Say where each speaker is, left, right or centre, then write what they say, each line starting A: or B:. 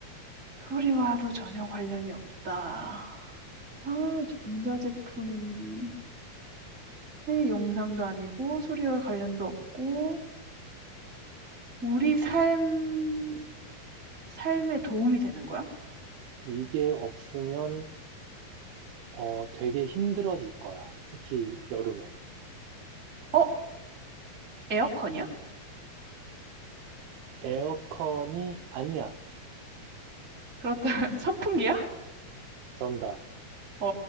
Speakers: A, on the right (about 20°); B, on the right (about 85°).
A: 소리와도 전혀 관련이 없다. 아, 전자제품인데 영상도 아니고 소리와 관련도 없고 우리 삶 삶에 도움이 되는 거야?
B: 이게 없으면 어, 되게 힘들어질 거야. 특히 여름에.
A: 어, 에어컨이야?
B: 에어컨이 아니야.
A: 그렇다면 <laughs> 선풍기야?
B: 정답.
A: 어,